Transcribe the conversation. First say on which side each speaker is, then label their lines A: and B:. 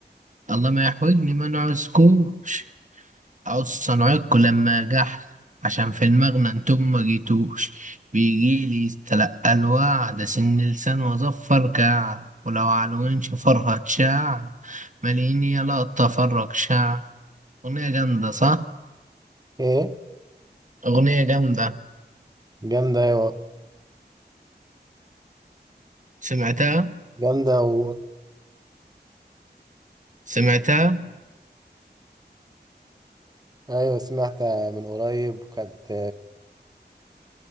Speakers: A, on the right; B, on the right.
A: الله ما يحولني منعه سكوش او صنعكوا لما جح عشان في المغنى انتم ما جيتوش بيجيلي يستلقى الوعد سن لسان واظفر كعب ولو على وين شفرها تشع ماليني يلا اتفرج شع اغنية جامدة صح
B: ايه
A: اغنية جامدة
B: جامدة ايوه
A: سمعتها
B: جامدة و...
A: سمعتها
B: ايوه سمعتها من قريب وكانت